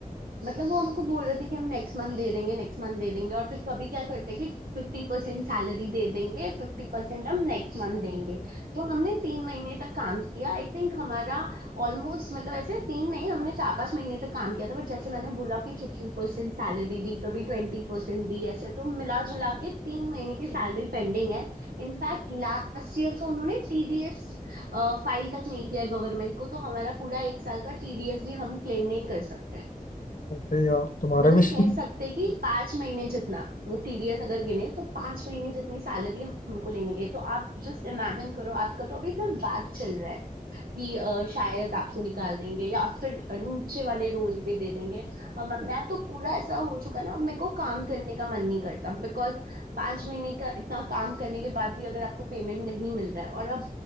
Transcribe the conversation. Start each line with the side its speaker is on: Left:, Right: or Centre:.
Right: मतलब वो हमको बोल रहे थे कि हम नेक्स्ट मंथ दे देंगे नेक्स्ट मंथ दे देंगे और फिर कभी क्या करते कि फिफ्टी परसेंट सैलरी दे देंगे फिफ्टी परसेंट हम नेक्स्ट मंथ देंगे तो हमने तीन महीने तक काम किया आई थिंक हमारा ऑलमोस्ट मतलब ऐसे तीन नहीं हमने चार पांच महीने तक काम किया था बट जैसे मैंने बोला कि फिफ्टी परसेंट सैलरी दी कभी ट्वेंटी परसेंट दी ऐसे तो मिला जुला के तीन महीने की सैलरी पेंडिंग है इनफैक्ट लास्ट ईयर का उन्होंने टीडीएस फाइल तक नहीं किया गवर्नमेंट को तो हमारा पूरा एक साल का टीडीएस भी हम क्लेम नहीं कर सकते
Left: अरे यार तुम्हारा
Right: मतलब
Left: भी <laughs>
Right: कह सकते हैं कि पांच महीने जितना वो टीडीएस अगर गिने तो पांच महीने जितनी सैलरी हमको नहीं मिली है तो आप जस्ट इमेजिन करो आपका तो अभी सिर्फ बात चल रहा है कि अ, शायद आपको निकाल देंगे या फिर नीचे वाले रोल पे दे देंगे हम मैं तो पूरा ऐसा हो चुका ना मेरे को काम करने का मन नहीं करता बिकॉज पांच महीने का इतना काम करने के बाद भी अगर आपको पेमेंट नहीं मिल रहा है और अब